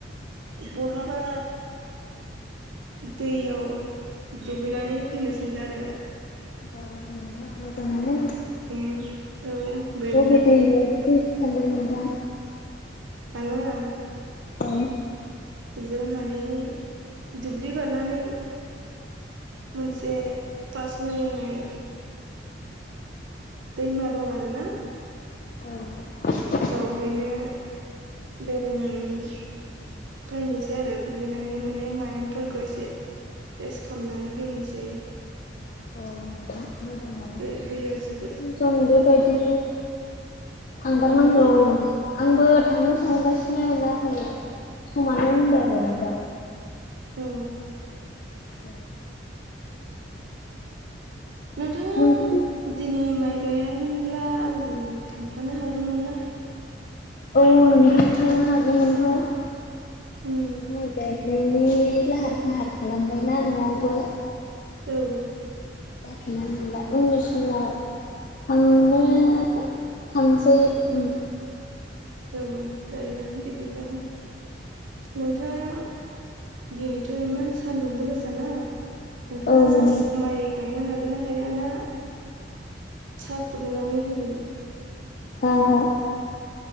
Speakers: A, on the right; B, on the left.
A: बहाबा? दैयाव दुगैनानै फैनो सान्दों आरो।
B: बा मोनथां मोजाङो
A: ए औ बेरायना
B: औ बिद
A: फैनि
B: थान मजा
A: आङा
B: द
A: जोंहानि दुब्लि बारनानै मोनसे कास नु होननाय दैमा दं आरो ना
B: औ
A: बेावहायनो बेरायनानै फैनोसै आरो दुगैनानै माने माइन्फोरखौ एसे रेस्ट खालामनानै फैनोसै
B: औ न मोजां
A: दै ज
B: स म बदि आंगार
A: होम
B: नांगौ न आंबो थांनो सानगासिनो नाथाय समानो होनजाय आरो नोंथां
A: ए
B: औ
A: नोंथांङा
B: नोंथ
A: दिनै माइ गायामोनब्ला आंजों थांफानो हागौमोन ना
B: औ नोंथां थांनो हागौमोनथ'
A: उम
B: माइ गायनाय माने लाहार फाहार खालामबायनाा न'आवबो
A: औ
B: जाथ'नानै मोना उननि समाव थांनो थांसै मोन
A: और औ जायो बिदिब्लाबो नोंथाङा दिनैथ' इमान सान्दुंबो गोसाना नोंथांङा
B: औ नोंथां
A: ‌माइ गायनो हागोन ना हाया ना साहा फुदुंनानै होगोन
B: अ ह